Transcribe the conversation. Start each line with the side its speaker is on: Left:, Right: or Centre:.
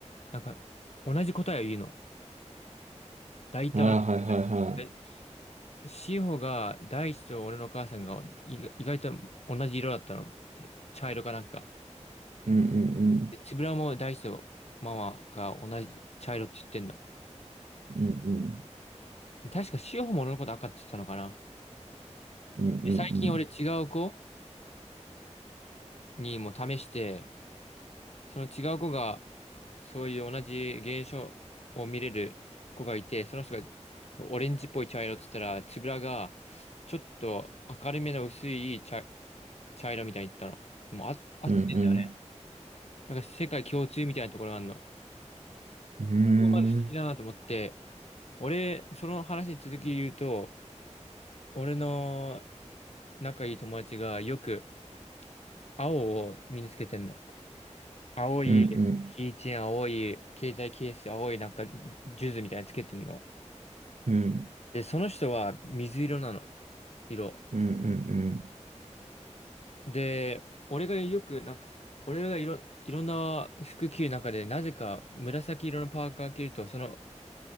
Left: なんか同じ答えを言うの。大体同じ。
Right: ああ、はいはいは
Left: で志保が大地と俺のお母さんが意外意外と同じ色だったの。茶色かなんか。
Right: い。うんうん
Left: でつぶらも大地とママが同じ茶色って言ってんの。
Right: うん。うんうん。
Left: 確か志保も俺のこと赤って言ってたのかな。
Right: うんうんうん。
Left: で最近俺違う子にも試して、その違う子がそういう同じ現象を見れる子がいて、その人がオレンジっぽい茶色って言ったら、つぶらがちょっと明るめの薄い茶、茶色みたいに言ったの。もうあ、合ってんだよね。
Right: うんうん。
Left: なんか世界共通みたいなところがあるの。
Right: うーん
Left: そこまず好きだなと思って、俺、その話に続き言うと、俺の仲いい友達がよく青を身につけてんの。青い、
Right: うんうん。
Left: キーチェーン青い、携帯ケース青い、なんか、ジュズみたいにつけてんの。
Right: うん
Left: で、その人は水色なの。色。
Right: うんうん。
Left: で、俺がよく、なんか、俺がいろ、いろんな服着る中で、なぜか紫色のパーカー着ると、その、